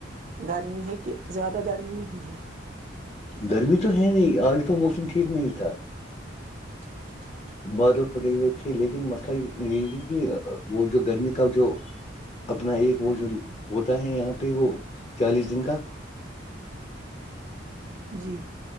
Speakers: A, on the right; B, on the left.
A: گرمی ہے کہ زیادہ گرمی نہیں ہے
B: گرمی تو ہے نہیں آج تو موسم ٹھیک نہیں تھا
A: جی
B: بادل پھٹے ہوئے تھے لیکن مسئلہ یہ ت کہ وہ جو گرمی کا جو اپنا ایک وہ جو ہوتا ہے یہاں پہ وہ چالیس دن کا
A: جی